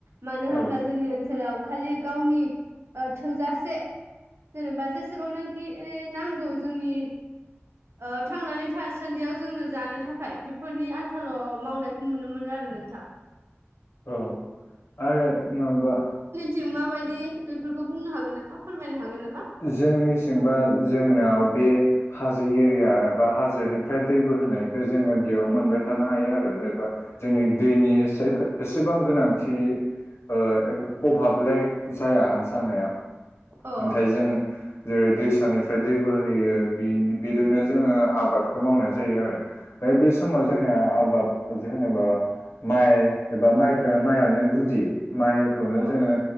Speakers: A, on the right; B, on the left.
A: मानो होनब्ला
B: औ
A: जोंनि ओनसोलाव खालि गावनि ओ थोजासे जेनेबा जेसेबांनांखि नांगौ जोंनि ओ थांनानै थासान्दियाव जोंनो जानो थाखाय बेफोरनि आन्थाल' मावनायखौ नुनो मोनो आरो नोंथां।
B: औ आरो माबा
A: थिं माबादि बेफोरखौ बुंनो हागोन नामा फोरमायनो हागोन ना
B: जोंनिसिंबा जोंनाव बे हाजो एरिया एबा हाजोनिफ्राय दै बोहोनायखौ जोङो बेयाव मोनबाय थानो हायो आरो एबा जोंनि दैनि एसेफे-एसेबां गोनांथि ओ एबा अभाबलाय जाया जानाया।
A: अ
B: थाय जोङो जेरै दैसानिफ्राय दै बोहैयो बि-बेदोंनो जोङो आबादखौ मावनाय जायो आरो। ओ बे समाव
A: औ
B: जोंना आबाद जेहोनोबा माइ एबा माइखो माइयानो गुदि माइखौनो
A: औ
B: जोङो